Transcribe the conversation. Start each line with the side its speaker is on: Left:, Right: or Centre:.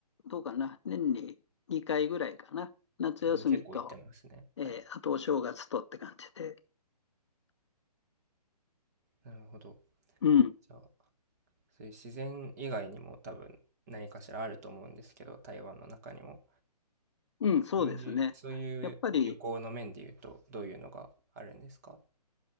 Left: どうかな、年に2回ぐらいかな、夏休みと、
Right: あの、結構行ってますね。はい。
Left: ええ、あとお正月とって感じで、
Right: なるほど。
Left: うん、
Right: じゃあ、そういう自然以外にも多分何かしらあると思うんですけど、台湾の中にも。
Left: うん、
Right: そういう、
Left: そうですね。
Right: そういう旅行の面で言うと、
Left: やっぱり、
Right: どういうのがあるんですか